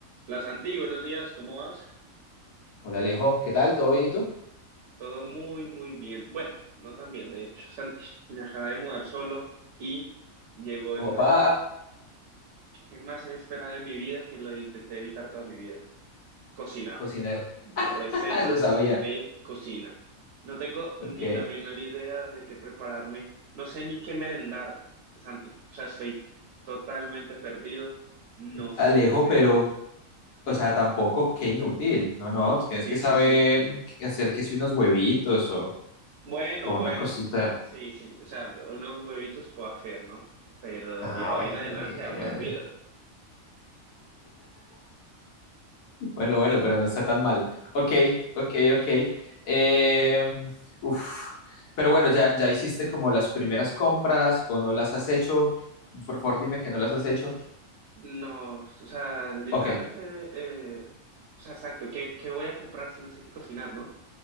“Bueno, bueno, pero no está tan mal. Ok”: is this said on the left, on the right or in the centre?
Left